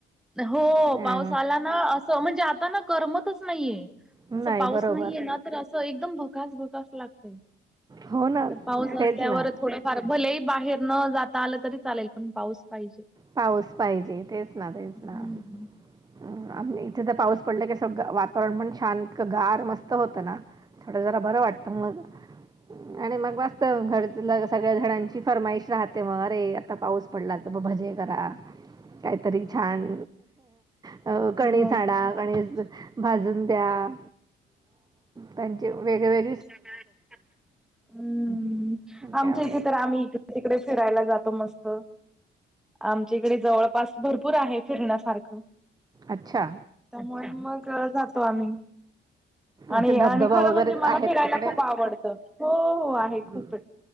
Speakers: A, in the centre; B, on the right.
A: हो
B: अ
A: पाऊस आला ना असं म्हणजे आता ना करमतच नाहीये.
B: नाही
A: असं पाऊस
B: बरोबर
A: नाहीये ना तर असं एकदम भकास भकास लागतय.
B: हो ना
A: तर पाऊस
B: तेच
A: असल्यावर
B: ना
A: थोड फार भ लही बाहेर न जाता आलं तरी चालेल पण पाऊस पाहिजेचं.
B: पाऊस पाहिजे तेच ना तेच
A: हम्म
B: ना म आम्ही इथे तर पाऊस पडला की सगळं वातावरण पण छान इतकं गार मस्त होतं ना थोडा जरा बरं वाटतं मग
A: <inaudible>
B: आणि मग मस्त घर सगळ्या घरांची फरमाईश राहते मग अरे आता पाऊस पडला तर म भजे करा कायतरी छान अ कणीस
A: हो
B: आणा कणीस भाजून द्या त्यांचे वेगवेग
A: सगळं <unintelligible> हम्म आमच्या
B: त्यावेळे
A: इथे तर आम्ही तिकडे फिरायला जातो मस्त आमच्याइकडे जवळपास भरपूर आहे फिरण्यासारखं.
B: अच्छा
A: त्यामुळे मग जातो आम्ही आणि
B: असे धबधबा
A: आणि खरं
B: वगैरे
A: म्हणजे मला
B: आहेत
A: फिरायला
B: तिकडे
A: खूप आवडतं हो हो हो आहे
B: हम्म.
A: खूप येत.